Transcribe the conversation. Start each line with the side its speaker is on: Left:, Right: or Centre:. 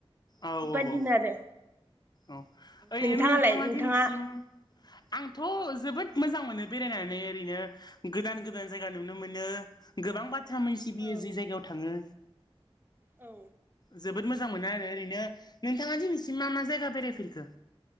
Left: औ
Right: बेबायदिनो
Left: औ औ
Right: आरो
Left: औ ओरैनो
Right: नोंथाङालाय
Left: नोंथांङा
Right: नोंथाङा
Left: दिनैसिम आंथ' जोबोद मोजां मोनो बेरायनानै ओरैनो गोदान गोदान जायगा नुनो मोनो गोबां बाथ्रा मोनसिबियो
Right: औ
Left: जि जायगायाव थांङो
Right: औ
Left: जोबोद मोजां मोनो आरो ओरैनो नोंथांङा दिनैसिम मा मा जायगा बेरायफेरखो?